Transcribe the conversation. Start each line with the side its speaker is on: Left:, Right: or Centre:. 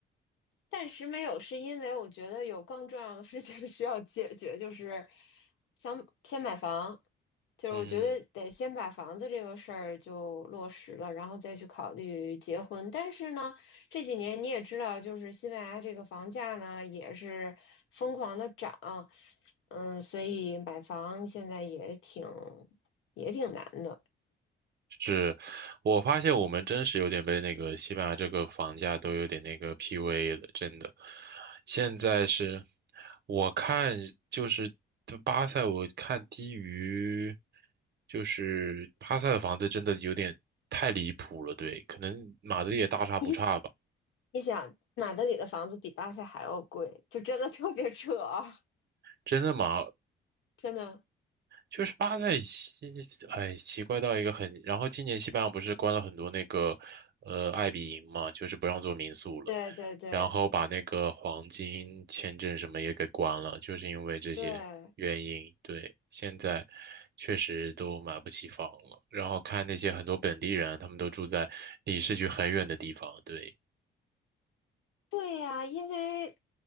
Left: 暂时没有，是因为我觉得有更重要的事情 <laughs> 需要解决，就是想先买房，就是我觉得得先把房子这个事儿就落实了，
Right: 嗯
Left: 然后再去考虑结婚。但是呢，这几年你也知道，就是西班牙这个房价呢也是疯狂的涨，嗯，所以买房现在也挺也挺难的。
Right: 是，我发现我们真是有点被那个西班牙这个房价都有点那个 PUA 了，真的。现在是，我看就是就巴塞，我看低于，就是巴塞的房子真的有点太离谱了，对，可能马德里也大差不差吧。
Left: 你想你想，马德里的房子比巴塞还要贵，就真的特别扯啊，
Right: 真的马
Left: 真的。
Right: 就是巴塞西，哎，奇怪到一个很。然后今年西班牙不是关了很多那个，呃，爱比营嘛，就是不让做民宿了，
Left: 对对对
Right: 然后把那个黄金签证什么也给关了，就是因为这些原因。
Left: 对
Right: 对，现在确实都买不起房了。然后看那些很多本地人，他们都住在离市区很远的地方。对。
Left: 对呀，因为